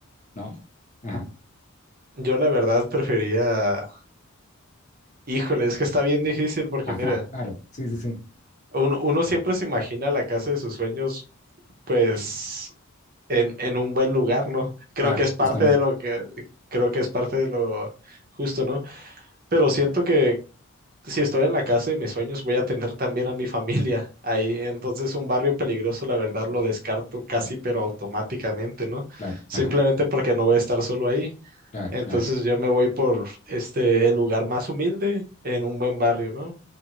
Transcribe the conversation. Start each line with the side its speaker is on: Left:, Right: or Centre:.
Left: ¿no? Ajá,
Right: Yo la verdad prefería, híjole, es que está bien difícil porque
Left: ajá,
Right: mira,
Left: claro, sí, sí, sí,
Right: uno, uno siempre se imagina la casa de sus sueños pues en, en un buen lugar, ¿no? Creo
Left: claro,
Right: que es parte
Left: justamente,
Right: de lo que, creo que es parte de lo justo, ¿no? Pero siento que si estoy en la casa de mis sueños, voy a tener también a mi familia <laughs> ahí. Entonces, un barrio peligroso, la verdad, lo descarto casi, pero automáticamente, ¿no?
Left: claro,
Right: Simplemente
Left: ajá,
Right: porque no voy a estar solo ahí.
Left: claro,
Right: Entonces,
Left: claro,
Right: yo me voy por este, el lugar más humilde en un buen barrio, ¿no?